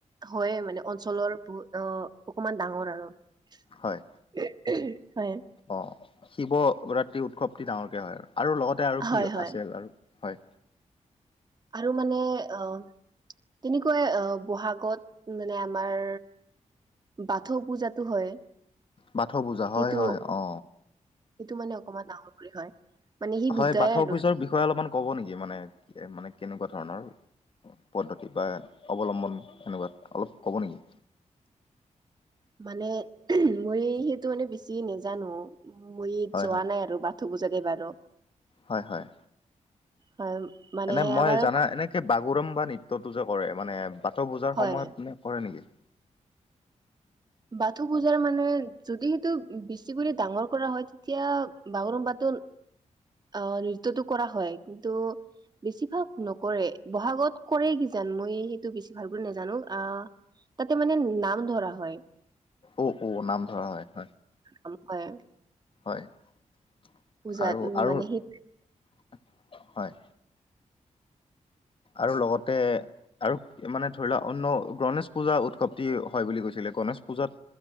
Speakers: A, on the right (about 30°); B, on the left (about 40°).
A: হয়ে মানে অঞ্চলৰ বহুত অ অকমান ডাঙৰ আৰু।
B: হয়
A: হয়।
B: অ শিৱৰাত্ৰি উৎসৱটি ডাঙৰকে হয় আৰু আৰু লগতে আৰু
A: হয়
B: কি
A: হয়
B: আছে আৰু। হয়
A: আৰু মানে অ তেনেকুৱাই অ বহাগত মানে আমাৰ বাথৌ পূজাতো হয়।
B: বাথৌ পূজা,
A: সেইটো
B: হয় হয় অ।
A: সেইটো মানে অকমান ডাঙৰ কৰি হয়। মানে সি
B: হয়
A: দুটাই
B: বাথৌৰ
A: আৰু
B: পূজাৰ বিষয়ে অলপমান ক'ব নেকি মানে মানে কেনেকুৱা ধৰণৰ পদ্ধতি বা অৱলম্বন কেনেকুৱা অলপ ক'ব নেকি?
A: মানে মই সেইটো মানে বেছি নেজানো। মই
B: হয়
A: যোৱা
B: হয়
A: নাই আৰু বাথ থৌ পূজা দেই বাৰু।
B: হয় হয়।
A: হয়। মানে
B: এনে মই
A: আমাৰ
B: জানা এনেকে বাগুৰুম্বা নৃত্যটো যে কৰে মানে বাথৌ পূজাৰ
A: হয়
B: সময়ত মানে কৰে নেকি?
A: বাথৌ পুজাৰ মানে যদি সেইটো বেছিকৰি ডাঙৰ কৰা হয় তেতিয়া বাগুৰুম্বা টো অ নৃত্যটো কৰা হয় কিন্তু বেছিভাগ নকৰে। বহাগত কৰে কি জাত মই সেইটো বেছি ভাল কৈ নাজানো আহ তাতে মানে নাম ধৰা হয়।
B: অ অ নাম ধৰা হয় হয়।
A: অম হয়।
B: হয়
A: পূজাত
B: আৰু-আৰু
A: উম মানে
B: হয়।
A: সেই
B: আৰু লগতে আৰু মানে ধৰি লোৱা অন্ন গণেশ পূজা উৎসৱটি হয় বুলি কৈছিলে গণেশ পূজাত